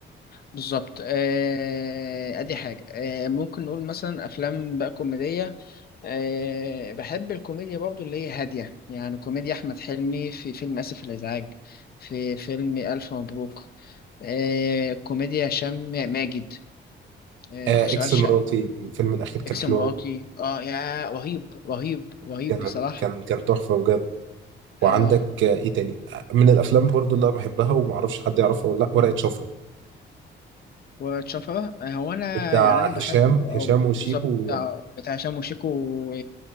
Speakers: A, on the left; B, on the right.
A: بالظبط آه، ادي حاجة آه، ممكن نقول مثلا افلام بقى كوميدية آه، بحب الكوميديا برضو اللي هي هادية يعني كوميديا احمد حلمي في فيلم اسف الازعاج في فيلم الف مبروك آه، كوميديا هشام ماجد آه،
B: آه
A: اشغال
B: اكس
A: شقة
B: مراتي الفيلم الاخير كان
A: اكس
B: حلو
A: مراتي
B: قوي
A: اه يا رهيب رهيب رهيب
B: كان
A: بصراحة
B: كان كان تحفه بجد
A: اه
B: وعندك آه ايه تاني آه، من الافلام برضو اللي انا بحبها وما اعرفش حد يعرفها ولا لا ورقه شفره
A: وتشفرة آه، هو انا
B: بتاع
A: يعني انا
B: هشام
A: بحبه او
B: هشام وشيكو
A: بالظبط آه، بتاع هشام وشيكو و-